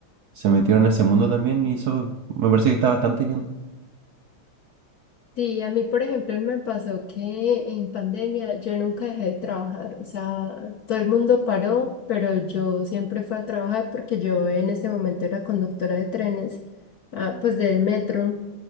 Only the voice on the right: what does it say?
se metieron a ese mundo también y eso me parece que está bastante bien.